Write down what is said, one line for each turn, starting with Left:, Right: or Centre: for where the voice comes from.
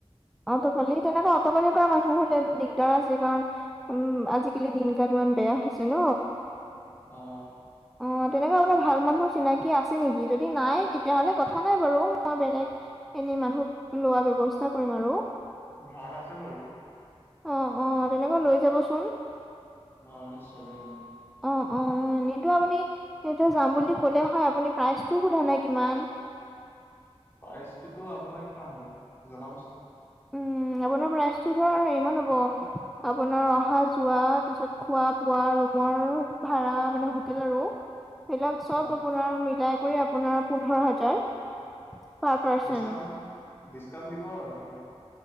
Centre: অটপালি তেনেকুৱা অটপালি কৰা মানুহ হ'লে দিগদাৰ আছে কাৰণ উম আজিকালি দিনকাল ইমান বেয়া হৈছে ন।
Left: অ'।
Centre: অ', তেনেকুৱা মানে ভাল মানুহ চিনাকি আছে নেকি যদি নাই তেতিয়াহ'লে কথা নাই বাৰু মই বেলেগ এনেই মানুহ লোৱাৰ ব্যৱস্থা কৰিম আৰু।
Left: ভাল আছে বাৰু।
Centre: অ', অ' তেনেকুৱা লৈ যাবচোন।
Left: অ', নি <unintelligible> গী
Centre: অ', অ' এনেইটো আপুনি এইটো যাম বুলি ক'লে হয় আপুনি প্ৰাইজটো সোধা নাই কিমান?
Left: প্ৰাইজটোতো আপোনাৰ কিমান হ'ব জনাবচোন?
Centre: উম, আপোনাৰ প্ৰাইজটো ধৰক হেৰী মান হ'ব আপোনাৰ অহা-যোৱা তাৰ পাছত খোৱা-বোৱা ৰুমৰ ভাড়া মানে হোটেল আৰু সেইবিলাক চব
Left: হয়
Centre: আপোনাৰ মিলাই কৰি আপোনাৰ পোন্ধৰ হাজাৰ। পাৰ পাৰ্চন
Left: ডিছকাউণ্ট, ডিছকাউণ্ট দিব আৰু কিবা।